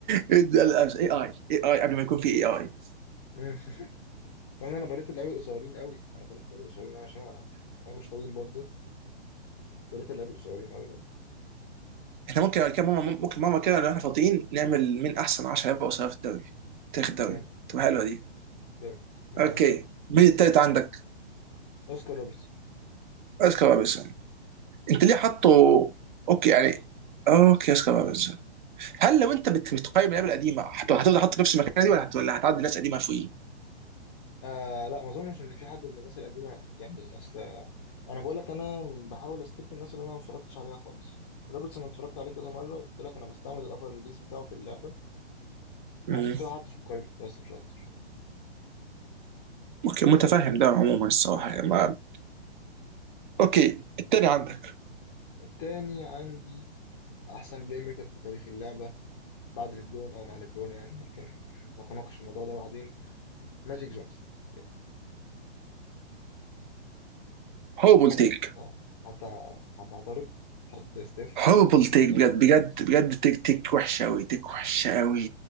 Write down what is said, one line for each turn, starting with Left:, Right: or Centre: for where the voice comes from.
Right: ده الاس اي اي اي اي قبل ما يكون في اي اي <laughs>
Left: مم. <laughs> كمان انا بريت اللعيبه القصيرين قوي انا بريت اللعيبه القصيرين قوي عشان انا انا مش طويل برضه فبريت اللعيبه القصيرين قوي ده
Right: احنا ممكن كده ماما ممكن ماما كده لو احنا فاضيين نعمل من احسن 10 لعيبه قصيره في الدوري تاريخ الدوري
Left: جامد
Right: تبقى حلوه دي
Left: جامد انا
Right: اوكي
Left: موافق
Right: مين التالت عندك؟
Left: اوسكار روبرتسون
Right: اسكار روبنسون انت ليه حاطه اوكي يعني اوكي اسكار روبنسون هل لو انت بت- بتقيم اللعيبه القديمه هت- هتفضل حاطه في نفس المكان دي ولا هت- ولا هتعدي ناس قديمه فوقيه؟
Left: آه لا ما اظنش ان في حد من الناس القديمه يعني اصل انا بقول لك انا بحاول اسكيب الناس اللي انا ما اتفرجتش عليها خالص روبرتسون أنا اتفرجت عليه كذا مره وقلت لك انا بستعمل الابر ريليز بتاعه في اللعبه
Right: اه
Left: فعشان كده حاطه في القايمه بس مش اكتر
Right: اوكي متفهم ده عموما الصراحه
Left: مم.
Right: يعني ما... اوكي التاني عندك
Left: التاني عندي احسن بلاي ميكر في تاريخ اللعبه بعد ليبرون او مع ليبرون يعني ممكن نتناقش في الموضوع ده بعدين ماجيك جونسون يب.
Right: هوربل
Left: عارف
Right: تيك
Left: انت هت- هتعترض تحط ستيف
Right: هوربل
Left: وهتحط ماجيك
Right: تيك
Left: الاول
Right: بجد بجد بجد تيك تيك وحشه قوي تيك وحشه قوي